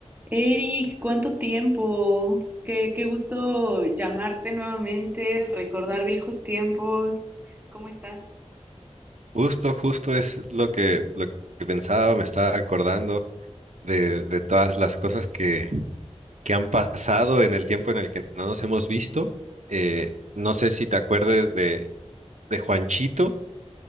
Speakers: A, on the right; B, on the right.
A: Eric, ¿cuánto tiempo? Qué, qué gusto llamarte nuevamente, recordar viejos tiempos. ¿Cómo estás?
B: Justo, justo es lo que, lo que pensaba, me estaba acordando de, de todas las cosas que, que han pasado en el tiempo en el que no nos hemos visto. Eh, no sé si te acuerdes de, de Juanchito,